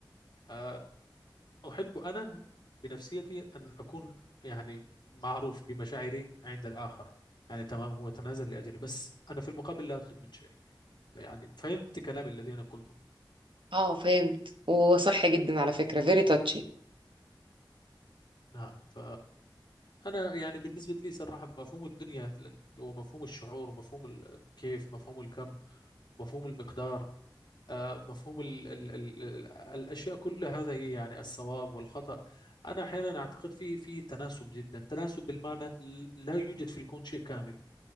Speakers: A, on the left; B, on the right.
A: آه أحب أنا بنفسيتي أن أكون يعني معروف بمشاعري عند الآخر يعني تمام هو تنازل لأجلي بس أنا في المقابل لا أطلب من شيء يعني فهمت كلامي الذي أنا قلته
B: اه فهمت وصح جدا على فكره فيري تاتشي
A: نعم ف انا يعني بالنسبه لي صراحه مفهوم الدنيا ومفهوم الشعور ومفهوم ال- كيف مفهوم الكم مفهوم المقدار آه، مفهوم ال ال ال ال الاشياء كل هذا هي يعني الصواب والخطا انا احيانا اعتقد في في تناسب جدا تناسب بالمعنى ل- لا يوجد في الكون شيء كامل